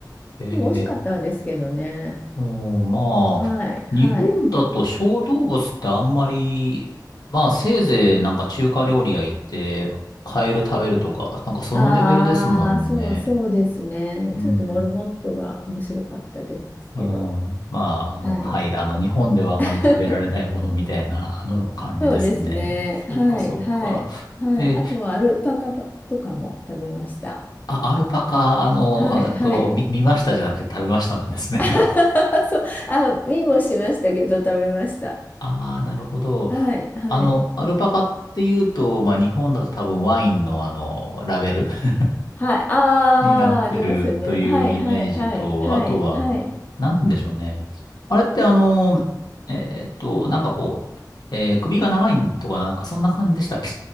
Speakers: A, on the left (about 65°); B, on the left (about 25°).
A: えー、
B: でも美味しかったですけどね。
A: うん、まあ、
B: はい、
A: 日本だと小動物ってあんまり、
B: はい。
A: まあ、せいぜいなんか中華料理屋行って、カエル食べるとか、なんかそのレベルですもんね。
B: ああ、そう、そうですね。
A: うん。
B: ちょっとモルモットが面白かったですけど。
A: うん。まあ、あの、
B: はい。
A: はい。あの、日本ではあまり食べられないものみたいな、
B: <laughs>
A: あの、感じですね。
B: そうですね。
A: そっか、
B: はい、
A: そっか。
B: はい、はい。
A: え、
B: あとはアルパカとかも食べました。
A: あ、アルパカ、あの、
B: はい、
A: えっと、
B: はい。
A: み見ましたじゃなくて食べましたなんですね。
B: <laughs> そう、あ、見もしましたけど食べました。
A: ああ、なるほど。
B: はい、はい。
A: あの、アルパカっていうと、まあ、日本だと多分ワインのあの、ラベル <laughs>
B: はい。あ
A: になってるというイメージと、
B: あ、ありますよね。はい、はい、はい、はい、
A: あとは、
B: はい。
A: なんて言うんでしょうね。あれってあの、えーっと、なんかこう、えー首が長いとか、なんかそんな感じでしたっけ